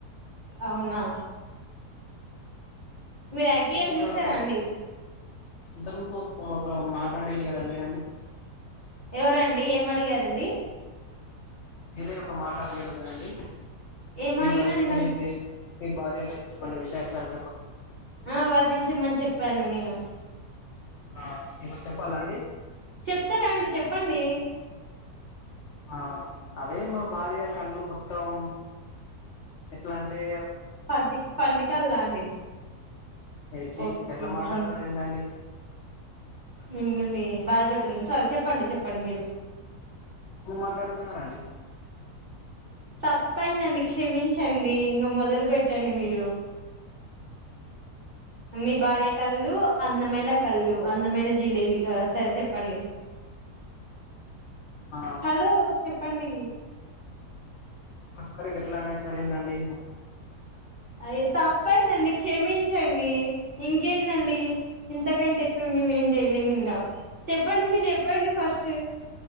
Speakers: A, on the right; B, on the left.
A: అవునా మీరు ఐపీఎల్ చూస్తారా
B: కాద్ప <inaudible>
A: అండి
B: ఇవాళ మాట్లాడీకి ఏదన్నా లేదండి
A: ఎవరండి ఏం అడిగారండి
B: మీరే ఒక మాట అడిగేది ఉన్నదండి
A: ఏం
B: నీ
A: అడిగినా
B: వైఫ్
A: నేను
B: గురించి నీ భార్య గురించి కొన్ని విశేషాల్
A: ఆ వర్ణించమని చె ప్పను నేను
B: ఆ ఇప్పుడు చెప్పాలా అండి
A: చెప్తారా అండి చెప్పండి
B: ఆ అదే మా భార్య కళ్ళు మొత్తం ఎట్లాంటే
A: ప పందికల్లా అండి
B: లేచి
A: ఓకే
B: ఎట్లా మాట్లాడతారు
A: ఆ
B: ఏందండి
A: మిమ్మల్ని బాధ పెడుతున్ సరే చెప్పండి చెప్పండి మీరు
B: ఎం మాట్లాడుతున్నారండి
A: తప్పైందండి క్షమించండి ఇంకా మొదలు పెట్టండి మీరు మీ భార్య కళ్ళు అందమైన కళ్ళు అందమైన జిలేబీ సరే చెప్పండి
B: ఆ
A: హలో చెప్పండి
B: ఒక్కసారి గట్లనే సరైందండి
A: అయితే తప్పయిందండి క్షమించండి ఇంకేందండి ఇంతకంటే ఎక్కువ మేము ఏం చేయలేము ఇంగ చెప్పండి మీరు చెప్పండి ఫస్ట్